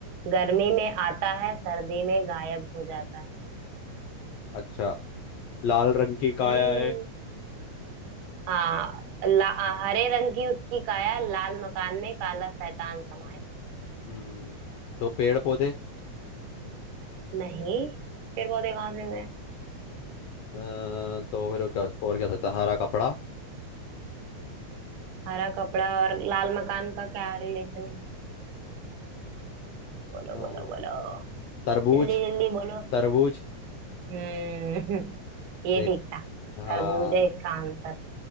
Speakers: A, on the right; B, on the left.
A: गर्मी में आता है सर्दी में गायब हो जाता है
B: अच्छा लाल रंग की
A: हम्म
B: काया है
A: हाँ ला, हरे रंग की उसकी काया लाल मकान में काला शैतान समाया
B: हम्म तो पेड़ पौधे
A: नहीं पेड़ पौधे कहाँ से हुए
B: अ, तो फिर और क्या और क्या हो सकता है? हरा कपड़ा
A: हरा कपड़ा और लाल मकान का क्या रिलेशन है बोलो
B: अ,
A: बोलो बोलो
B: तरबूज
A: जल्दी जल्दी बोलो
B: तरबूज
A: हम्म <laughs> ये
B: देख
A: ठीक था
B: हाँ
A: तरबूज है इसका आंसर